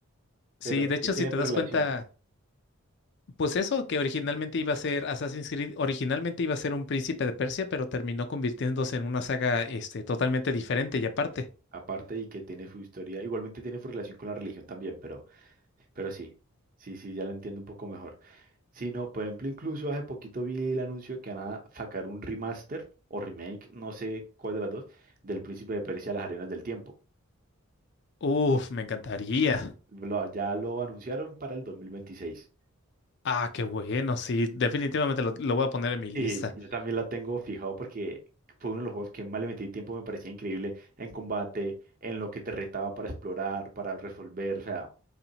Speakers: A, on the left; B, on the right.
A: Sí,
B: pero
A: de hecho,
B: sí tiene
A: si te
B: su
A: das
B: relación,
A: cuenta... Pues eso, que originalmente iba a ser Assassin's Creed, originalmente iba a ser un príncipe de Persia, pero terminó convirtiéndose en una saga, este, totalmente diferente y aparte.
B: aparte y que tiene su historia, igualmente tiene su relación con la religión también, pero, pero sí, sí, sí, ya lo entiendo un poco mejor. Sí, no, por ejemplo, incluso hace poquito vi el anuncio que van a sacar un remaster o remake, no sé cuál de las dos, del Príncipe de Persia, Las Arenas del Tiempo.
A: Uf, me encantaría.
B: Lo- ya lo anunciaron para el 2026.
A: Ah, qué bueno, sí, definitivamente lo, lo voy a poner en mi lista.
B: Sí, yo también la tengo fijado porque fue uno de los juegos que más le metí tiempo, me parecía increíble en combate, en lo que te retaba para explorar, para resolver, o sea,